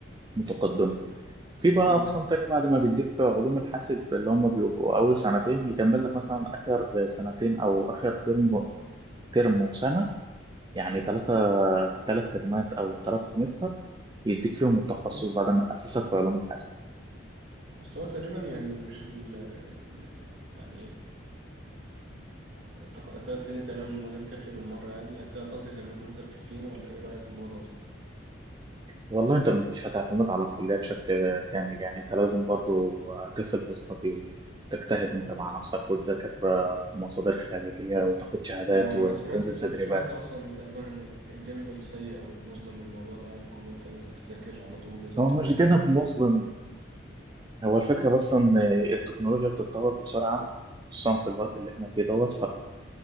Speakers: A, on the right (about 20°); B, on the right (about 65°).
A: متقدمة في بقى
B: امم
A: أقسام تانية بعد ما بيديك علوم الحاسب اللي هم بيبقوا أول سنتين يكمل لك مثلا آخر سنتين أو آخر ترم ترم وسنة يعني ثلاثة ثلاث ترمات او ثلاث سمستر يديك فيهم التخصص
B: مم.
A: بعد ما اسسك في علوم الحاسب
B: بس هو تقريبا يعني مش ال ال- ال- يعني ايه التلات سنين تقريبا من غير كافية بالمرة يعني التلات قصدي تلات دول غير كافيين ولا ايه رأيك في الموضوع ده؟
A: والله انت مش هتعتمد على الكليه بشكل كامل يعني انت لازم برضو تسال في الصدي وتجتهد انت مع نفسك وتذاكر مصادر خارجيه وتاخد شهادات
B: يعني ما
A: وتنزل
B: انا سمعت سم-
A: تدريبات
B: سمعت اصلا تقريبا ان الج- الجانب السيء او المظلم من الموضوع ده يعني كله انت لازم تذاكر على طول لازم
A: هو
B: تكون
A: مش جانب مظلم هو الفكره بس ان التكنولوجيا بتتطور بسرعه خصوصا في الوقت اللي احنا فيه دوت